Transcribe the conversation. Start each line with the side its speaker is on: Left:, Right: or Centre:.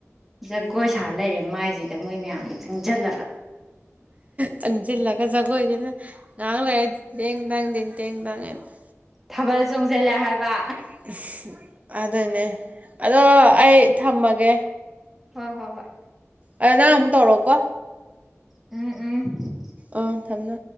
Centre: ꯖꯒꯣꯏ ꯁꯥ ꯂꯩꯔꯦ ꯃꯥꯏꯖꯤꯗ ꯃꯣꯏ ꯃꯌꯥꯝ ꯆꯪꯖꯤꯜꯂꯒ
Right: ꯆꯪꯖꯤꯜꯂꯒ ꯖꯒꯣꯏꯖꯤꯅ ꯉꯍꯥꯛ ꯂꯩꯔ ꯗꯤꯡ ꯇꯦꯡ ꯇꯥꯡ ꯗꯤꯡꯇꯦꯡ ꯇꯥꯡ ꯍꯥꯏꯅ
Centre: ꯊꯥꯕꯜ ꯆꯣꯡꯖꯜꯂꯦ ꯍꯥꯏꯕ
Right: <unintelligible> ꯑꯗꯨꯅꯦ ꯑꯗꯣ ꯑꯩ ꯊꯝꯃꯒꯦ
Centre: ꯍꯣꯏ ꯍꯣꯏ ꯍꯣꯏ
Right: ꯑꯗꯣ ꯅꯪ ꯑꯃꯨꯛ ꯇꯧꯔꯣꯀꯣ
Centre: ꯎꯝ ꯎꯝ
Right: ꯑ <unintelligible>